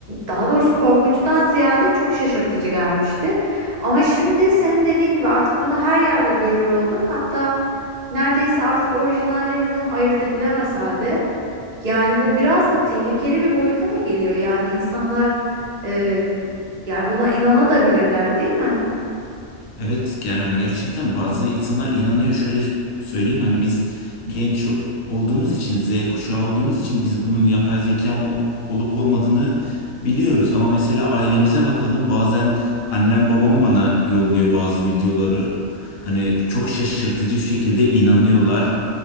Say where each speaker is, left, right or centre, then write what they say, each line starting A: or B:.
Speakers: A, on the right; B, on the left.
A: Daha doğrusu korkunçtan ziyade çok şaşırtıcı gelmişti. Ama şimdi senin dediğin gibi artık bunu her yerde görür olduk. Hatta neredeyse artık orijinallerinden ayırt edilemez halde. Yani bu biraz da tehlikeli bir boyuta da geliyor. Yani insanlar e, yani buna inanabilirler, değil mi?
B: Evet ger- yani gerçekten bazı insanlar inanıyor. Şöyle söyleyeyim hani biz genç olduğumuz için Z kuşağı olduğumuz için biz bunun yapay zeka mı olup olmadığını biliyoruz. Ama mesela ailemize bakalım bazen annem babam bana yolluyor bazı videoları. Hani çok şaşırtıcı şekilde inanıyorlar.